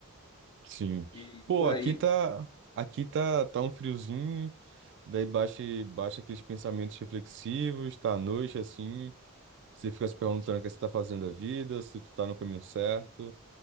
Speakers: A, on the right (about 55°); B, on the left (about 20°).
A: sim.
B: e
A: Pô,
B: por
A: aqui
B: aí.
A: tá, aqui tá, tá um friozinho, daí baixa, baixa aqueles pensamentos reflexivos, tá à noite, assim, você fica se perguntando o que você tá fazendo da vida, se tu tá no caminho certo,